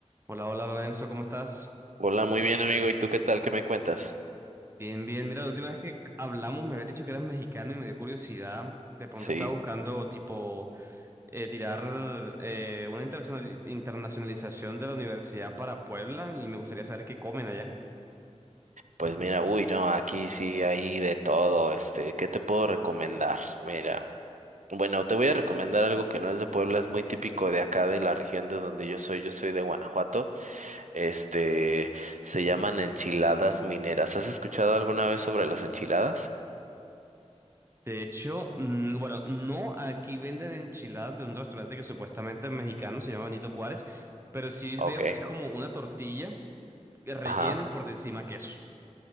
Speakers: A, on the right (about 20°); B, on the right (about 85°).
A: Hola, hola Lorenzo, ¿cómo estás?
B: Hola, muy bien amigo. ¿Y tú qué tal? ¿Qué me cuentas?
A: Bien, bien. Mira, la última vez que hablamos me habías dicho que eras mexicano y me dio curiosidad. De pronto
B: Sí,
A: estaba buscando, tipo, eh, tirar eh, una internacionaliz- internacionalización de la universidad para Puebla y me gustaría saber qué comen allá.
B: pues mira, uy, no, aquí sí hay de todo. Este, ¿qué te puedo recomendar? Mira, bueno, te voy a recomendar algo que no es de Puebla, es muy típico de acá, de la región de donde yo soy. Yo soy de Guanajuato. Este, se llaman enchiladas mineras. ¿Has escuchado alguna vez sobre las enchiladas?
A: De hecho, mm, bueno, no, aquí venden enchiladas de un restaurante que supuestamente es mexicano, se llama Benito Juárez, pero sí
B: Ok.
A: veo que es como una tortilla rellena
B: Ajá.
A: y por encima queso.